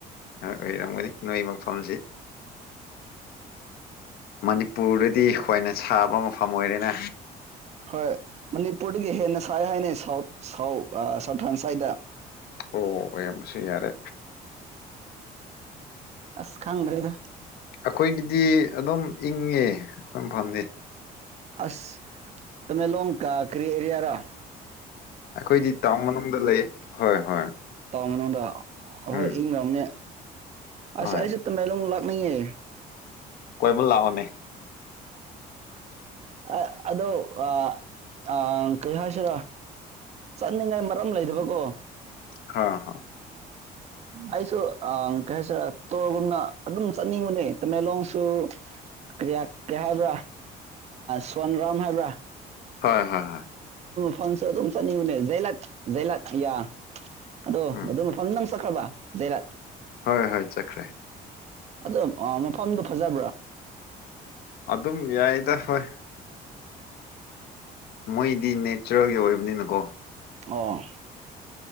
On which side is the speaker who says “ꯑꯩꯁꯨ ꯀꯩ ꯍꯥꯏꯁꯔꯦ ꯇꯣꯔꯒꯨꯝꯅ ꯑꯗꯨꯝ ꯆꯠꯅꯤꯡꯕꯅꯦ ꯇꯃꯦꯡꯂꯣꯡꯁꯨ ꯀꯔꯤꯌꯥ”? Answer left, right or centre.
Right